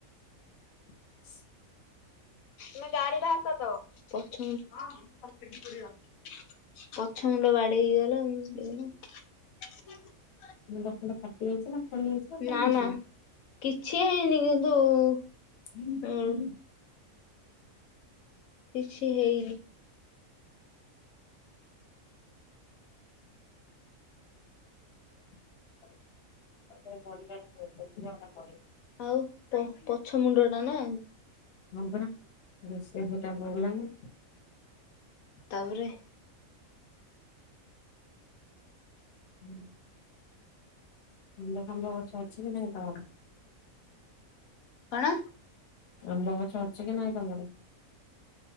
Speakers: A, on the left (about 50°); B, on the left (about 80°).
A: ଅ
B: <unintelligible> ପଛ ମୁଣ୍ଡ ବାଡେଇ ହେଇଗଲା ଆଉ, ଏଇଆ ଆଉ।
A: ମୁଣ୍ଡ ଫୁଣ୍ଡ ଫାଟି ଯାଇଛି ନା? ଫଳି ଯାଇଛି କଣ
B: ନା
A: ହେଇଛି?
B: ନା କିଛି ହେଇନି, କିନ୍ତୁ ଉ
A: ହଁ
B: କିଛି ହେଇନି।
A: <unintelligible>
B: ଆଉ ପ ପଛ ମୁଣ୍ଡ ଟା ନା?
A: ହଁ ପରା ରୋଷେଇ ଘରଟା ପଇଲାନି।
B: ତାପରେ
A: ହୁଁ ଆମ୍ବ ଫାମ୍ୱ ଗଛ ଅଛି କି ନାଇଁ ତମର?
B: କଣ?
A: ଆମ୍ବ ଗଛ ଅଛି କି ନାଇଁ ତମର?